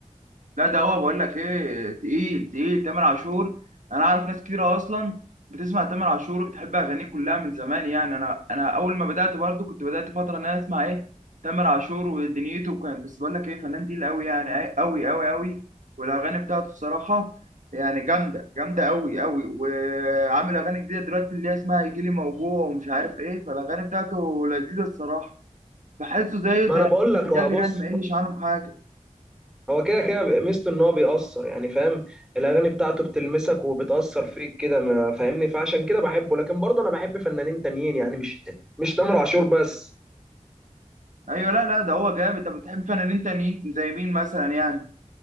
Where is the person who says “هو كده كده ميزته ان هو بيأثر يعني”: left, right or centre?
Centre